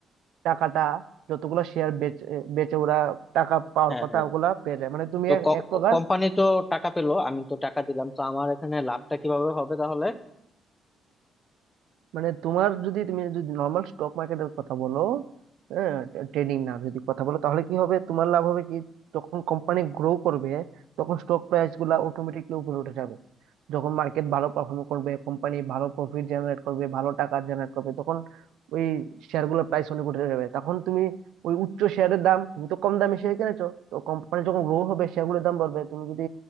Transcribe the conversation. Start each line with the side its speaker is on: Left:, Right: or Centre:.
Right: টাকাটা যতগুলা শেয়ার বেচে বেচে ওরা টাকা পাওয়ার
Left: হ্যাঁ
Right: কথা
Left: হ্যাঁ
Right: ওগুলা পেয়ে যায় মানে তুমি
Left: তো
Right: এক এক প্রকার
Left: কোম্পানি তো টাকা পেলো আমি তো টাকা দিলাম তো আমার এখানে লাভটা কিভাবে হবে তাহলে
Right: মানে তোমার যদি তুমি যদি নর্মাল স্টক মার্কেটের কথা বলো হ্যাঁ ট্রেডিং না যদি কথা বলো তাহলে কি হবে তোমার লাভ হবে কি যখন কোম্পানি গ্রো করবে তখন স্টক প্রাইস গুলা অটোমেটিকলি উপরে উঠে যাবে যখন মার্কেট ভালো পারফর্ম করবে কোম্পানি ভালো প্রফিট জেনারেট করবে ভালো টাকা জেনারেট করবে তখন ওই শেয়ার গুলোর প্রাইস অনেক উঠে যাবে তখন তুমি ওই উচ্চ শেয়ারের দাম তুমি তো কম দামে শেয়ার কিনেছো তো কোম্পানি যখন গ্রো হবে শেয়ারগুলোর দাম বাড়বে তুমি যদি